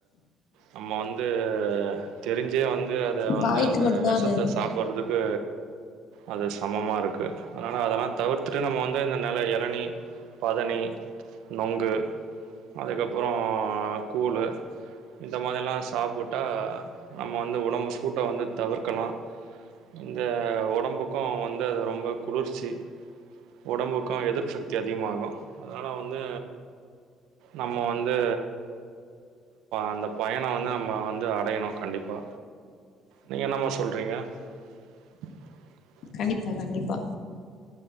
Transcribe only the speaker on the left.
வாய்க்கு
மட்டுந்தா
அது
கண்டிப்பா கண்டிப்பா